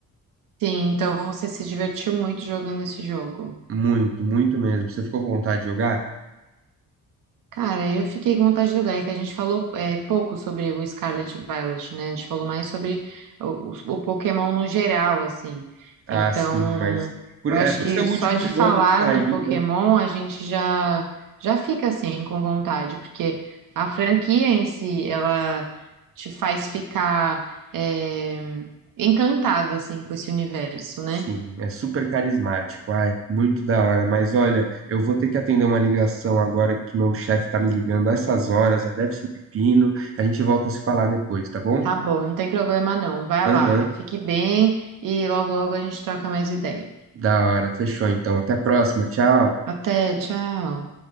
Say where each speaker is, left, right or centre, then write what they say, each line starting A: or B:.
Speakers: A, on the right; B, on the right.
A: Sim, então você se divertiu muito jogando esse jogo.
B: Muito, muito mesmo. Você ficou com vontade de jogar?
A: Cara, eu fiquei com vontade de jogar, é que a gente falou é, pouco sobre o Scarlet e Violet, né? A gente falou mais sobre o, o Pokémon no geral, assim.
B: Ah,
A: Então,
B: sim, mas por,
A: eu
B: é,
A: acho
B: por
A: que
B: ser o último
A: só de
B: jogo
A: falar
B: que saiu,
A: no Pokémon
B: né?
A: a gente já já fica assim com vontade, porque a franquia em si, ela te faz ficar é, encantada assim com esse universo, né?
B: Sim, é super carismático. Ai, muito da hora. Mas olha, eu vou ter que atender uma ligação agora que meu chefe tá me ligando a essas horas. Já deve ser pepino. A gente volta a se falar depois, tá bom?
A: Tá bom, não tem problema não. Vai lá,
B: Aham,
A: fique bem e logo logo a gente troca mais ideia.
B: da hora. Fechou então. Até a próxima. Tchau.
A: Até, tchau.